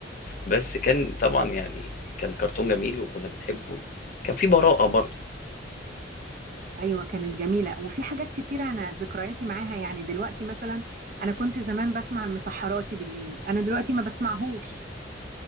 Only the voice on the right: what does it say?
ايوه كانت جميلة وفي حاجات كتيرة انا ذكرياتي معاها يعني دلوقتي مثلا انا كنت زمان بسمع المسحراتي بالليل انا دلوقتي ما بسمعهوش